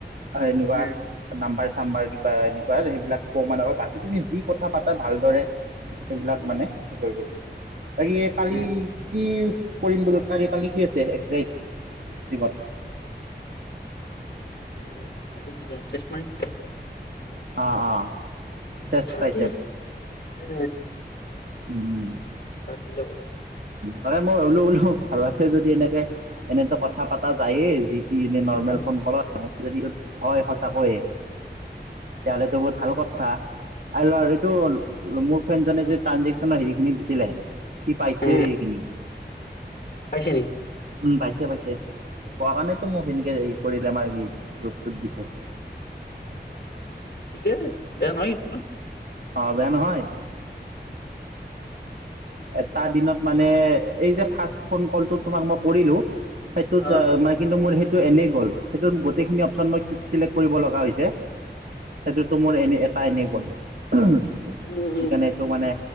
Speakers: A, on the right; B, on the left.
A: আয় এনেকুৱা
B: উম
A: নাম্বাৰছ চাম্বাৰ কিবা এনেকুৱা সেইবিলাক ক মানে বাকী তুমি যি কথা পাতা ভালদৰে সেইবিলাক
B: উম
A: মানে
B: উম
A: হে কৰি গৈছে। বাকী কালি
B: এ
A: কি কৰিম বুলত কালিত কালি কি আছে এক্সাৰচাইজ জিমত?
B: কালি কালি কি কৰিম চেষ্ট মাৰিম।
A: অ অ চেষ্ট
B: ছাতি
A: ট্ৰাইচেপ
B: এ
A: উম-উম
B: ছাতি লব লাগিব
A: মানে মই ভাবিলো বোলো ঘৰতে যদি এনেকে এনেই ত কথা পতা যায়েই যি টি এনে নৰ্মেল
B: উম
A: ফোন কলত। যদি যদি হয় সঁচাকৈ তেতিয়া হ'লে ত বহুত ভাল কথ কথা আহ লৰ এইটো মোৰ ফ্ৰেণ্ডজনে
B: উম
A: যে দেখছ নাই হেৰিখিনি দিছিলে। সি পাইছেও
B: এ
A: সেইখিনি।
B: পাইছে নেকি
A: উম', পাইছে-পাইছে পোৱা কাৰণেতো মোক সেনেকে হেৰি কৰিলে আমাৰ গ্ৰুপটোত দিছে।
B: ঠিকে বেয়া নহয় কিন্তু ন।
A: অ', বেয়া নহয়।
B: উম',
A: এটা দিনত মানে এই যে ফাৰ্ষ্ট ফোন কলটো তোমাক মই কৰিলোঁ। সেইটোত
B: অ
A: দা
B: অ উম হুম
A: মই কিন্তু মোৰ সেই টো এনেই গ'ল সেইটো গোটেইখিনি অপচন মই টিক চিলেক্ট কৰিব লগা হৈছে। সেইটোতো মোৰ এনেই এটাই এনেই গল। <unintelligible>
B: হুম
A: সেইকাণে এইটো মানে